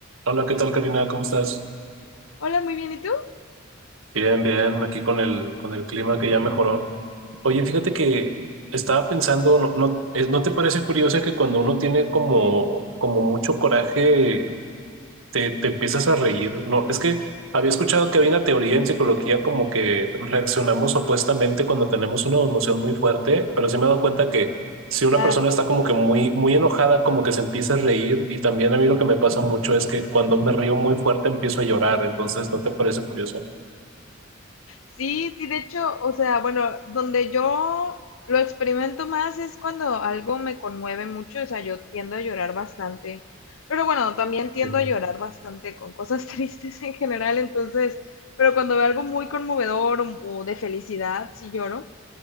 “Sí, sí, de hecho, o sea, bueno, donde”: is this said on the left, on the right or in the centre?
Left